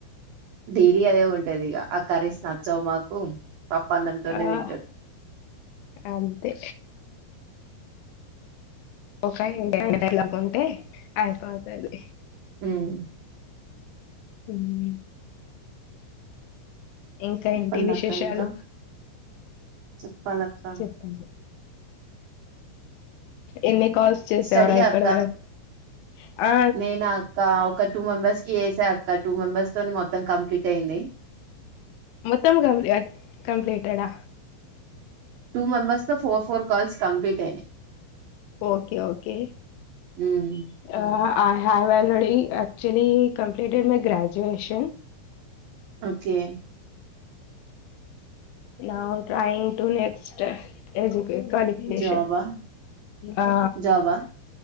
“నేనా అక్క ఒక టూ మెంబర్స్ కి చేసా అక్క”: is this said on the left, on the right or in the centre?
Right